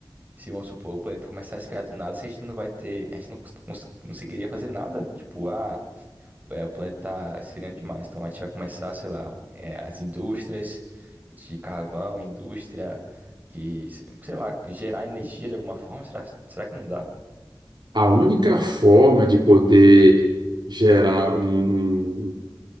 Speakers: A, on the right; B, on the right.
A: se, vamos supor, o planeta começar a esfriar do nada, se a gente não vai ter, a gente não cons- cons- conseguiria fazer nada. Tipo, ah, é, o planeta tá esfriando demais, então a gente vai começar, sei lá, é, as indústrias de carvão, indústria que, sei lá, gerar energia de alguma forma. Será, será que não dá?
B: A única forma de poder gerar um, um,